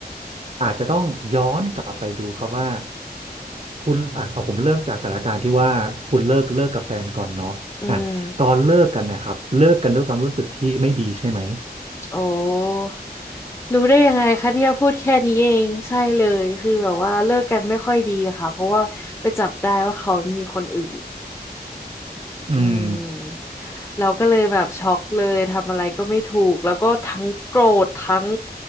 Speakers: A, on the right; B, on the left.
A: อาจจะต้องย้อนกลับไปดูครับว่า คุณอ่ะเอาผมเริ่มจากสถานการณ์ที่ว่าคุณเลิกเลิกกับแฟนก่อนเนาะอ่ะตอนเลิกกันนะครับเลิกกันด้วยความรู้สึกที่ไม่ดีใช่ไหม
B: อืม โอ้รู้ได้ยังไงคะเนี่ยพูดแค่นี้เองใช่เลยคือแบบว่าเลิกกันไม่ค่อยดีอะค่ะเพราะว่าไปจับได้ว่าเขามีคนอื่น
A: อืม
B: อืมเราก็เลยแบบช็อกเลยทำอะไรก็ไม่ถูกแล้วก็ทั้งโกรธทั้ง